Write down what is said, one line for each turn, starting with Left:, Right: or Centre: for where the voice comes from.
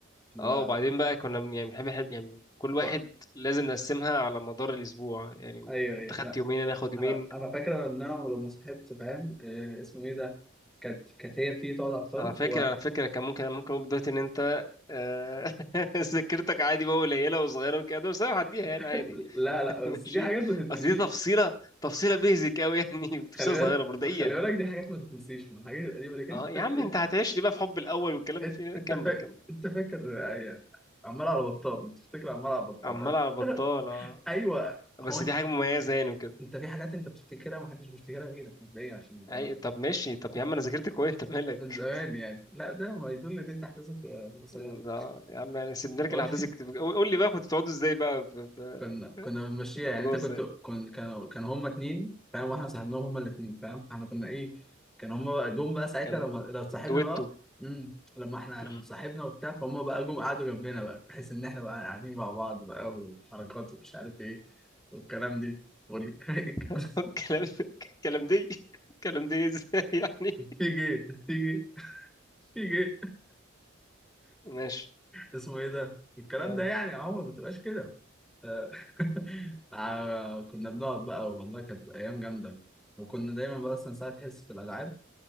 Centre: كنا
Left: اه
Centre: بقى
Left: وبعدين بقى كنا بن- يعني بنحب نحب- يعني كل واحد
Centre: ف-
Left: لازم نقسمها على مدار الاسبوع يعني
Centre: ايوه ايوه
Left: انت خدت
Centre: انا
Left: يومين انا اخد يومين
Centre: انا انا فاكر ان انا لما صحبت فاهم آه، اسمه ايه ده كانت كانت هي بتيجي تقعد على الطرف
Left: على فكره
Centre: و...
Left: على فكره كان ممكن ممكن اقول دلوقتي ان انت آه، <laughs> ذاكرتك عادي بقى قليله وصغيره وكده بس انا هعديها
Centre: <laughs>
Left: يعني عادي
Centre: لا
Left: <laughs>
Centre: لا
Left: ماشي
Centre: بس دي حاجات ما تتنسيش
Left: اصل دي تفصيله تفصيله بيزك قوي يعني <laughs>
Centre: خلي
Left: تفصيله
Centre: بالك
Left: صغيره برضه دقيقه
Centre: خلي بالك دي حاجات ما تتنسيش من الحاجات القديمه لكن انت
Left: اه
Centre: فاكر
Left: يا عم انت هتعيش لي بقى في حب الاول والكلام
Centre: انت
Left: اللي فيه ده.
Centre: انت
Left: كمل
Centre: فاكر
Left: كمل
Centre: انت فاكر أي- عمال على بطال بتفتكر عمال على بطال
Left: عمال
Centre: انا
Left: على بطال
Centre: <coughs> <laughs>
Left: اه
Centre: ايوه
Left: بس
Centre: هو انت
Left: دي حاجه مميزه يعني وكده
Centre: انت في حاجات انت بتفتكرها ما حدش بيفتكرها غيرك مبدئيا عشان نبقى
Left: أي- طب ماشي طب يا عم انا ذاكرت كويس انت مالك
Centre: من زمان يعني لا ده ما يدل ان انت احداثك قصيره
Left: لا يا عم يعني سيب- نركن
Centre: هو
Left: الاحداث الكتير. قول قول لي بقى كنتوا بتقعدوا ازاي بقى في في-
Centre: كنا كنا بنمشيها
Left: ظبطوها
Centre: يعني انت
Left: ازاي
Centre: كنت كن كانوا كانوا هما اتنين فاهم واحنا صاحبناهم هما الاتنين فاهم احنا كنا ايه كان هما بقى جم بقى ساعتها
Left: كان
Centre: لما لو صاحبنا
Left: دويتو
Centre: بقى امم لما احنا
Left: مم.
Centre: لما صاحبنا وبتاع فهم بقى جم قعدوا جنبنا بقى بحيث ان احنا بقى قاعدين مع بعض بقى والحركات ومش عارف ايه والكلام دي وال... <laughs>
Left: <laughs> الكلام الكلام دي الكلام دي ازاي <laughs> يعني
Centre: في جي في جي في جي
Left: ماشي
Centre: اسمه ايه ده الكلام
Left: اه
Centre: ده يعني يا عمر ما تبقاش كده آه آه، كنا بنقعد بقى والله كانت ايام جامده وكنا دايما بقى اصلا ساعه حصه الالعاب